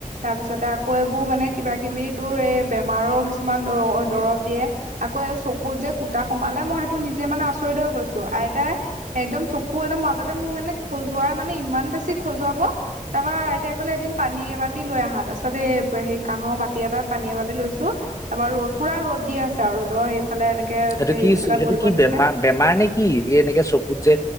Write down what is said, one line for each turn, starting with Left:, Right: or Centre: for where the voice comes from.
Right: তাৰপিছতে আকৌ এইবোৰ মানে কিবা কিবি তোৰ এই বেমাৰৰ- কিছুমান দৰৱ অ দৰৱ দিয়ে। আকৌ চকুত যে কুটা সোমালে মই হেইটো নিজে মানে আচৰিত হৈ গৈছোঁ আইতাই- একদম চকু একদম মাজতে মোৰ মানে খজুৱাই মানে ইমান বেছি খজুৱাব। তাৰপা আইতাই ক'লে এদিন পানী এবাতি লৈ আহা তাৰ পিছত এ সে কাঁহৰ বাতি এটাত পানী এবাতি লৈছোঁ। তাৰপা ৰ'দ পুৰা দি আছে আৰু ৰ'দৰ সফালে এনেকে
Left: সেইটো
Right: হেৰি
Left: কি
Right: দি
Left: সেইটো
Right: পেলাই বহিব
Left: কি বেমাৰ
Right: দিছে।
Left: বেমাৰ নে কি এই এনেকে চকুত যে